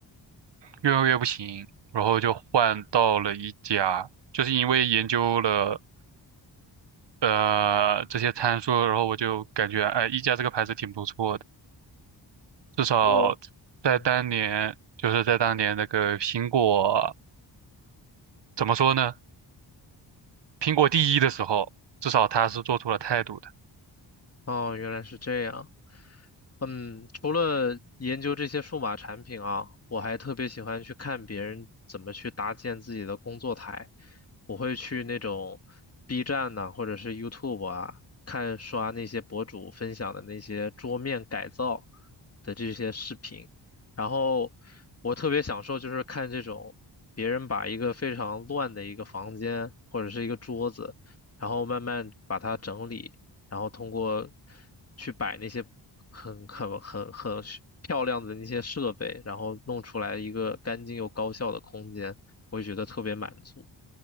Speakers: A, on the right (about 65°); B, on the left (about 35°).
A: 越用越不行，然后就换到了一家，就是因为研究了。呃这些参数，然后我就感觉哎，一加这个牌子挺不错的，至少在当年就是在当年那个苹果
B: 我，嗯，
A: 怎么说呢？苹果第一的时候，至少他是做出了态度的。
B: 哦，原来是这样。嗯，除了研究这些数码产品啊，我还特别喜欢去看别人怎么去搭建自己的工作台。我会去那种 B 站呐、或者是 YouTube 啊，看刷那些博主分享的那些桌面改造的这些视频。然后我特别享受就是看这种别人把一个非常乱的一个房间或者是一个桌子，然后慢慢把它整理。然后通过去摆那些很很很很是漂亮的那些设备，然后弄出来一个干净又高效的空间，我就觉得特别满足。